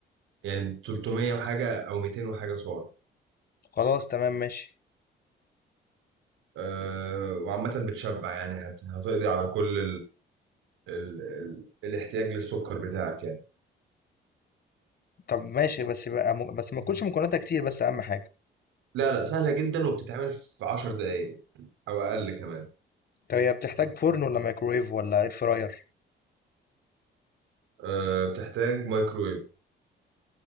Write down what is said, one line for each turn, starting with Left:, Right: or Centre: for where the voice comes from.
Right: يعني 300 وحاجة أو 200 وحاجة سعر
Left: خلاص تمام ماشي
Right: أه... وعامة بتشبع يعني هت... هتقضي على كل ال... ال... الاحتياج للسكر بتاعك يعني
Left: طب ماشي بس بقى بس ما تكونش مكوناتها كتير بس اهم حاجه
Right: لا لا سهلة جدا وبتتعمل في 10 دقايق أو أقل كمان
Left: طب هي بتحتاج فرن ولا مايكرويف ولا اير فراير
Right: أه بتحتاج مايكرويف